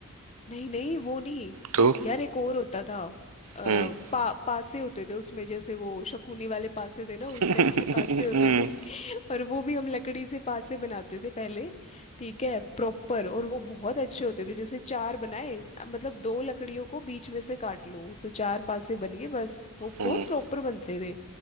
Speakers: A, on the left; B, on the right.
A: नहीं नहीं वो नहीं
B: तो
A: यार एक और होता था आ,
B: <laughs>
A: पा, पासे होते थे उसमें जैसे वो शकुनी वाले पासे थे ना उस
B: <laughs>
A: टाइप के पासे
B: हम्म,
A: होते थे <laughs> और वो भी हम लकड़ी से पासे बनाते थे पहले ठीक है प्रॉपर और वो बहुत अच्छे होते थे जैसे चार बनाए अ, मतलब दो लकड़ियों को बीच में से काट लो तो चार पासे बन गए बस वो
B: हैंडमेड
A: बहुत प्रॉपर बनते थे